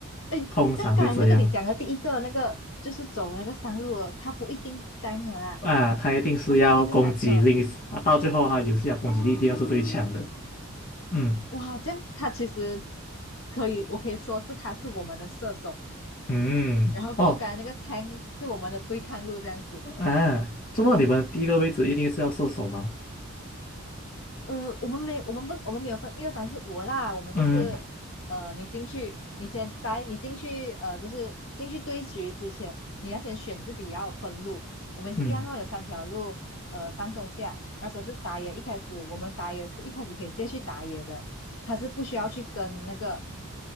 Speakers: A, on the left (about 60°); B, on the left (about 35°).
A: 哎，
B: 通常会这样
A: 这样刚才那个你讲的第一个那个就是走那个山路了，它不一定单了啦，
B: 啊，他一定是要攻击力，
A: 它不一定是坦克
B: 啊，到最后他游戏啊攻击力一定要是最强的，
A: 哦，
B: 嗯
A: 哇，这样它其实可以，我可以说是它是我们的射手，
B: 嗯嗯哦
A: 然后过后刚才那个 tank 是我们的对抗路这样子。
B: 啊，这么你们第一个位置一定是要射手吗？
A: 呃，我们没，我们不，我们没有分一二三四五啦，我们就是，
B: 嗯
A: 呃，你进去，你先在你进去，呃，就是进去对局之前，你要先选自己要分路。我们也是一样哦，
B: 嗯
A: 有三条路，呃，上中下。那可是打野一开始，我们打野是一开始可以直接去打野的，他是不需要去跟那个